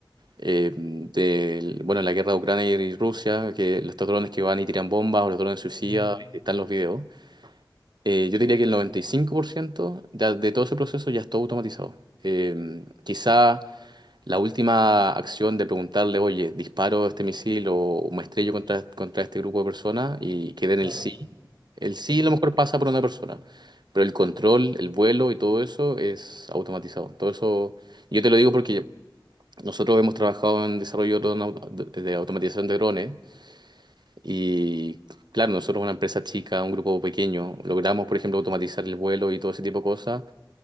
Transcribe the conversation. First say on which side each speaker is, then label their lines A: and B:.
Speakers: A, on the right (about 70°); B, on the right (about 45°).
A: eh, del- bueno, la guerra de Ucrania y Rusia, que estos drones que van y tiran bombas o los drones suicidas,
B: Mm,
A: están los videos. Eh, yo diría que el 95% de, de todo ese proceso ya está automatizado. Eh, quizá la última acción de preguntarle, oye, disparo este misil o me estrello contra, contra este grupo de personas y quede en
B: claro,
A: el sí. El sí
B: esto
A: a lo mejor pasa por una persona, pero el control, el vuelo y todo eso es automatizado. Todo eso, yo te lo digo porque nosotros hemos trabajado en desarrollo de dron auto- de- de automatización de drones y claro, nosotros una empresa chica, un grupo pequeño, logramos, por ejemplo, automatizar el vuelo y todo ese tipo de cosas.